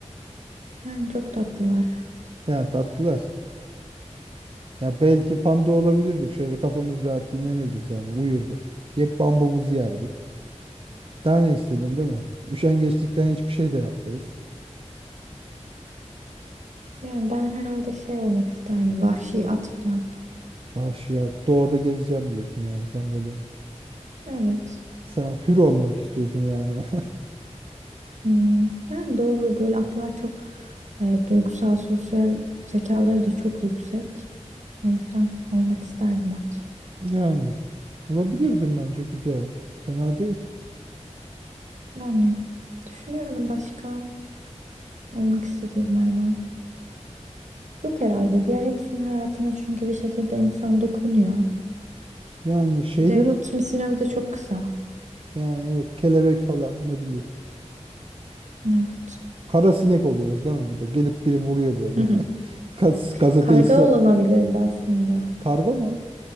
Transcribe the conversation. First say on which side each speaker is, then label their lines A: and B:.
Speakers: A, on the right; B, on the right.
A: Yani çok tatlılar.
B: Yani tatlılar. Ya belki panda olabilirdik. Şöyle kafamız rahat dinlenirdik yani uyurduk. Hep bambumuzu yerdik. Daha ne istedim değil mi? Üşengeçlikten hiçbir şey de yapmayız.
A: Yani ben herhalde şey olmak isterdim. Vahşi at falan.
B: Vahşi doğada gezeceğim diyorsun yani sen böyle
A: Evet.
B: sen hür olmak istiyorsun yani. <laughs>
A: Hmm, Yani doğru böyle atlar çok e, duygusal, sosyal zekaları da çok yüksek. O yüzden olmak isterdim at.
B: Yani bulabilirdim bence güzel. Fena değil.
A: Yani düşünüyorum başka olmak istediğim hayvan. Yok herhalde. Diğer hepsinin hayatına çünkü bir şekilde insan dokunuyor.
B: Yani şeylere
A: Bir de kimisinin ömrü de çok kısa.
B: yani evet kelebek falan ne bileyim.
A: Evet.
B: Kara sinek oluyoruz değil mi bir de? Gelip biri vuruyor böyle.
A: <laughs>
B: <laughs> Gaz, gazeteyi
A: Karga
B: sa-
A: olanabilirdi aslında.
B: karga mı?